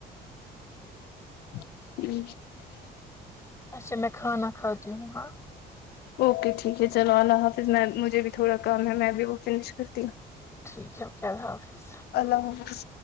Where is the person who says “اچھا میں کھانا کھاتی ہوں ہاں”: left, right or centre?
Left